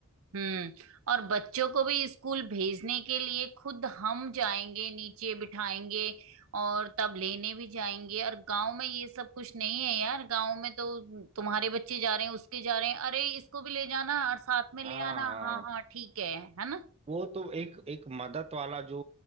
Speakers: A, on the right; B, on the right.
A: हम्म और बच्चों को भी स्कूल भेजने के लिए खुद हम जाएंगे नीचे बिठाएंगे और तब लेने भी जाएंगे और गांव में ये सब कुछ नहीं है यार गांव में तो तुम्हारे बच्चे जा रहे हैं उसके जा रहे हैं अरे इसको भी ले जाना और साथ में
B: हाँ
A: ले आना
B: हाँ
A: हाँ हाँ ठीक है है ना
B: वो तो एक एक मदद वाला जो